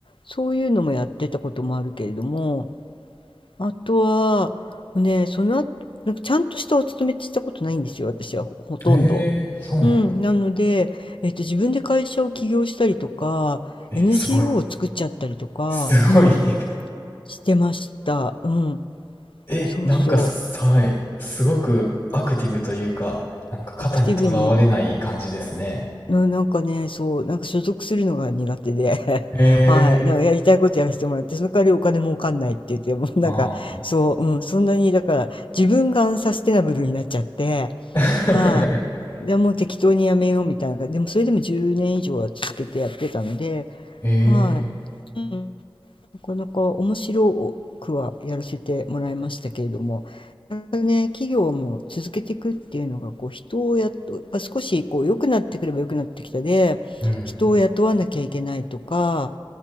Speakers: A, on the left (about 75°); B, on the left (about 55°).
A: そういうのもやってたこともあるけれどもあとは、ね、その後、なんかちゃんとしたお勤めってしたことないんですよ、私はほ、ほとんど。
B: ええそうなんだ。
A: うん、なので、えっと、自分で会社を起業したりとか、
B: え、
A: NGO
B: すごい。
A: を作っちゃったりとか、
B: すごい。
A: うん、
B: <laughs>
A: してました。うん、
B: え、
A: そうそ
B: なんかさ、はい、すごくアクティブというか、なんか肩にとらわれない感じですね。
A: う、アクティブに、な、なんかね、そう、なんか所属するのが苦手で、
B: へえ、
A: <laughs> はい、なんかやりたいことやらせてもらって、その代わりお金儲かんないって言って、もうなんか、
B: ああ。
A: そう、うん、そんなに、だから、自分がアンサステナブルになっちゃって、
B: <laughs>
A: はい。でもう適当にやめようみたいな感じ。でもそれでも10年以上は続けてやってたので、
B: へえ、
A: はい。うん、なかなか面白くはやらせてもらいましたけれども、なんかね、企業も続けていくっていうのが、こう人をやっと、やっぱ少しこう良くなってくれば良くなってきたで、
B: うん、
A: 人を雇わなきゃいけないとか、